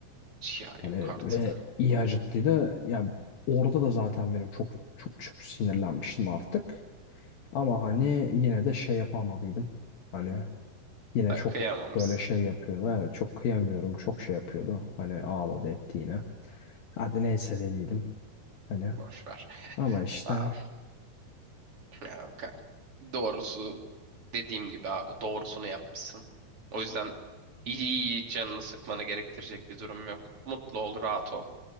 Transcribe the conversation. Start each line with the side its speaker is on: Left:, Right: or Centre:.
Right: Ya
Left: Hani
Right: yok artık.
Left: ve iyi acıttıydı. Ya orada da zaten benim çok çok çok sinirlenmiştim artık. Ama hani yine de şey yapamadıydım. Hani yine
Right: Ha,
Left: çok
Right: Kıyamamışsın.
Left: böyle şey yapıyordu. Evet çok kıyamıyorum. Çok şey yapıyordu. Hani ağladı etti yine. Hadi neyse dediydim. Hani
Right: Boş ver.
Left: ama işte
Right: Aa, Ya kanka. Doğrusu dediğim gibi abi doğrusunu yapmışsın. O yüzden iyi iyi hiç canını sıkmanı gerektirecek bir durum yok. Mutlu ol, rahat ol.